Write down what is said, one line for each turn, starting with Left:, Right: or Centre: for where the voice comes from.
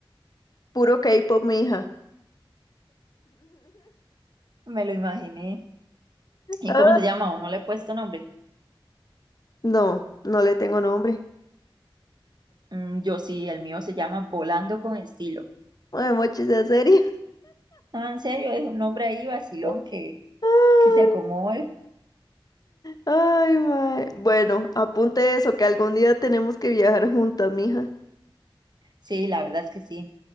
Left: Puro K-pop, mija.
Right: Me lo imaginé. ¿Y
Left: <laughs>
Right: cómo se llama? ¿O no le he puesto nombre?
Left: No, no le tengo nombre.
Right: Mm, yo sí, el mío se llama Volando con Estilo.
Left: Mae, mochi, sea seria.
Right: Ah, en serio, es un nombre ahí vacilón
Left: <laughs>
Right: que,
Left: Ay,
Right: que se acomode.
Left: ay, mae. Bueno, apunte eso, que algún día tenemos que viajar juntas, mija.
Right: Sí, la verdad es que sí.